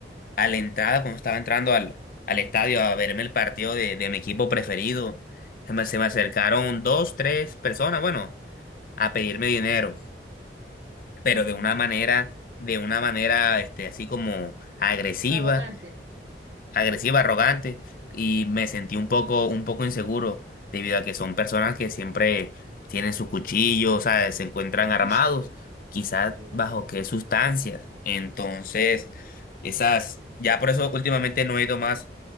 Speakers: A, on the left (about 50°); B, on the right (about 85°).
A: a la entrada, cuando estaba entrando al, al estadio a verme el partido de, de mi equipo preferido, se me, se me acercaron dos, tres personas, bueno, a pedirme dinero.
B: <laughs>
A: pero
B: Ujú.
A: de una manera, de una manera, este, así como agresiva,
B: Arrogante.
A: agresiva, arrogante, y me sentí un poco, un poco inseguro, debido a que son personas que siempre tienen su cuchillo, o sea, se encuentran
B: Sí,
A: armados, quizás
B: <laughs> Dios.
A: bajo qué sustancias. Entonces, esas, ya por eso últimamente no he ido más